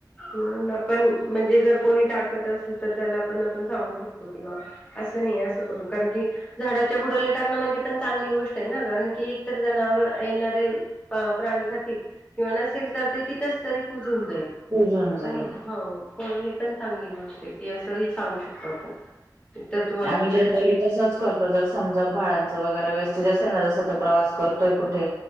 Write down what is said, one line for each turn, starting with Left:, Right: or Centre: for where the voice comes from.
Left: म्हणून आपण म्हणजे जर कोणी टाकत असल तर त्याला पण आपण सांगू शकतो कि बा असं नाही. असं करू. कारण की झाडाच्या बुडाला टाकणं म्हणजे पण चांगली गोष्ट आहे ना? कारण की एकतर जनावर येणारे अ प्राणी खातील किंवा नसेल तर ते तिथंच तरी कुजून जाईल.
Right: कुजून जाईल.
Left: आणि काय हो को हे पण चांगली गोष्ट आहे की असं ही सांगू शकतो आपण. तर तुम्हाला
Right: आम्ही
Left: कुठं
Right: जनरली
Left: नाही
Right: तसंच करतो जर समजा बाहरच वगैरे वेस्टेज असेल ना जस तर प्रवास करतोय कुठे.